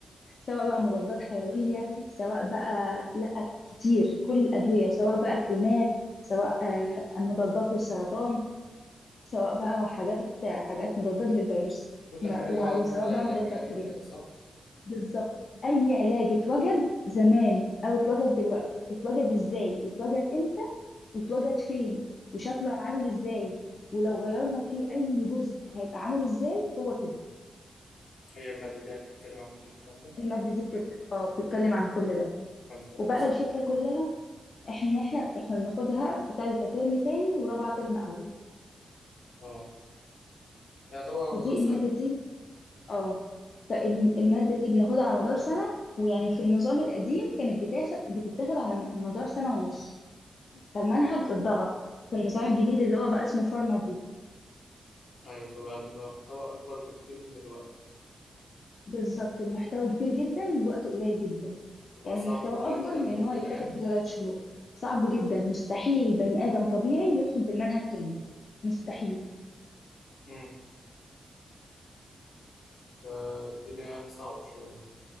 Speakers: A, on the left; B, on the left.
A: سواء بقى
B: اه
A: مضادات حيويه سواء بقى لا كتير كل الادويه سواء بقى كريمات سواء آه، مضادات للسرطان سواء بقى حاجات حاجات مضادات للفيروس
B: كل
A: ما-
B: حاجة لها
A: وسواء
B: علاقة بالعلاج
A: بقى مضاد
B: يعني
A: بكتيريا
B: وكده صح؟
A: بالظبط اي علاج اتوجد زمان او اتوجد دلوقتي اتوجد ازاي واتوجد امتى واتوجد فين وشكله عامل ازاي ولو غيرنا فيه اي جزء هيبقى عامل ازاي هو كده
B: هي المادة دي يعني بتتكلم عن كل الكلام ده؟
A: المادة دي بتت... اه بتتكلم عن كل ده
B: فانت بتقدر
A: وبقى
B: في سنة
A: الفكرة
B: كام؟
A: كلها احنا احنا احنا بناخدها في تالتة ترم تاني ورابعة ترم اول
B: اه يعني طبعا على
A: فدي
B: مدار سنة
A: المادة دي اه فالمادة
B: مم.
A: دي بناخدها على مدار سنة ويعني في النظام القديم كانت بتاخد بتتاخد على مدار سنة ونص فالمنهج
B: اه
A: اتضغط في النظام الجديد اللي هو بقى اسمه فارما دي
B: ايوه فبقى المحتوى اكبر بكتير من الوقت
A: بالظبط المحتوى كبير جدا والوقت قليل جدا
B: يبقى
A: يعني
B: صعب
A: المحتوى
B: إن هو
A: أكبر
B: يتلم
A: من إن
B: وكده
A: هو يتاخد
B: يعني
A: في ثلاث شهور صعب جدا مستحيل بني آدم طبيعي يدخل بالمنهج كامل مستحيل
B: امم فالدنيا يعني صعبة شوية